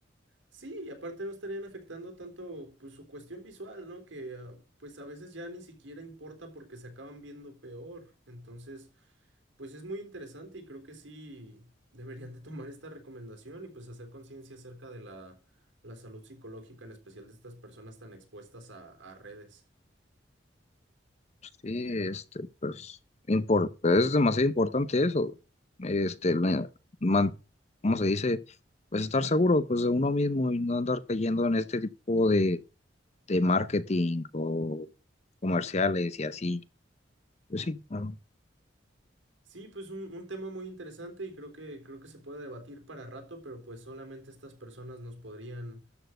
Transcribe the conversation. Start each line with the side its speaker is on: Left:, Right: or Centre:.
Right: Sí, y aparte no estarían afectando tanto pues, su cuestión visual, ¿no? Que ah, pues a veces ya ni siquiera importa porque se acaban viendo peor. Entonces, pues es muy interesante y creo que sí deberían de tomar esta recomendación y pues hacer conciencia acerca de la, la salud psicológica, en especial de estas personas tan expuestas a, a redes.
Left: Sí, este, pues, impor- pues, es demasiado importante eso, este, la- man- ¿cómo se dice? Pues estar seguro, pues, de uno mismo y no andar cayendo en este tipo de, de marketing o comerciales y así. Pues sí, a,
Right: Sí, pues un, un tema muy interesante y creo que, creo que se puede debatir para rato, pero pues solamente estas personas nos podrían